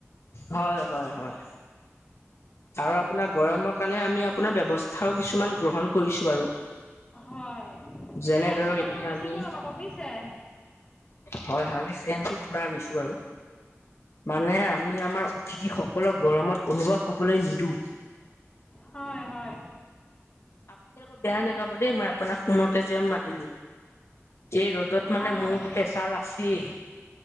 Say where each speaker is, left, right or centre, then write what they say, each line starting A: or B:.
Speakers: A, on the left; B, on the left.
A: হয় হয় হয়। আৰু আপোনাৰ গৰমৰ কাৰণে আমি আপোনাৰ ব্যৱস্থাও কিছুমান গ্ৰহণ কৰিছো বাৰু।
B: হয়
A: যেনে
B: ফেন
A: ধৰক
B: দুখনমান
A: এতিয়া
B: বেছিকৈ
A: আমি
B: লগাব বুজিছে।
A: হয় হয় আমি চেটো পুৰা আনিছো বাৰু মানে আমি আমাৰ অতিথি সকলক গৰমত অনুভৱ হবলৈ নিদিওঁ।
B: হয় হয়।
A: আপুনি আকৌ বেয়া নাপাব দেই মই আপোনাক ফোনতে যে মাতিলো এই ৰ'দত। মানে
B: হয়
A: মোৰতো প্ৰেছাৰ আছেই।